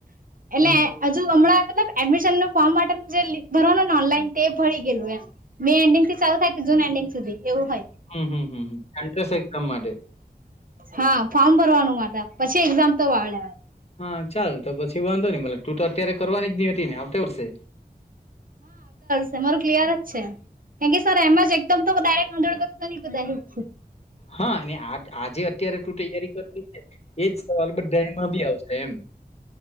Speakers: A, on the right; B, on the left.
A: એટલે
B: હમ
A: આજ અમળ મલબ એડમિશન ન ફોર્મ માટે જે ભરવાનું ને ઓનલાઈન તે ભરી ગયેલું એ મે એન્ડિંગ થી ચાલુ થાય. જૂન એન્િંગ સુધી. એવુંય
B: હમ હમ હમ હમ. એન્ટ્રન્સ એક્ઝામ માટે
A: હા ફોર્મ ભરવાનું. પછી એક્ઝામ તો વાળ્યા
B: હા ચાલ તો પછી વાંધો ન મ તું તો અત્યારે કરવાની જ ન હતી ને આવતા વર્ષે.
A: રું ક્લિયર જ છે થેન્ક યુ સર એમ જ એકમક કર તો
B: હા અને આ <unintelligible> આજે અત્યારે તું તૈયારી કરવી છે એજ સવાલ બ ડેમાં બી આવશે એમ‌